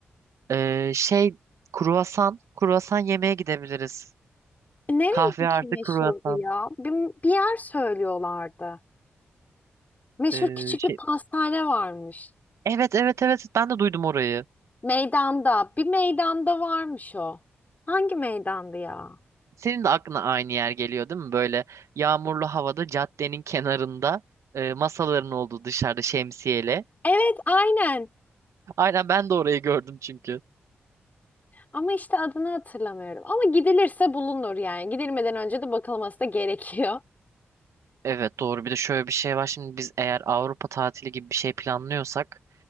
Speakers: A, on the right; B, on the left.
A: Ee, şey kruvasan, kruvasan yemeye gidebiliriz.
B: Nereninki
A: Kahve artı
B: meşhurdu
A: kruvasan.
B: ya? Bir, bir yer söylüyorlardı. Meşhur
A: Ee,
B: küçük
A: şey
B: bir pastane varmış.
A: Evet evet evet ben de duydum orayı.
B: Meydanda. Bir meydanda varmış o. Hangi meydandı ya?
A: Senin de aklına aynı yer geliyor değil mi? Böyle yağmurlu havada caddenin kenarında e, masaların olduğu dışarıda şemsiyeyle.
B: Evet, aynen.
A: Aynen ben de orayı gördüm çünkü.
B: Ama işte adını hatırlamıyorum. Ama gidilirse bulunur yani. Gidilmeden önce de bakılması da gerekiyor.
A: Evet doğru. Bir de şöyle bir şey var. Şimdi biz eğer Avrupa tatili gibi bir şey planlıyorsak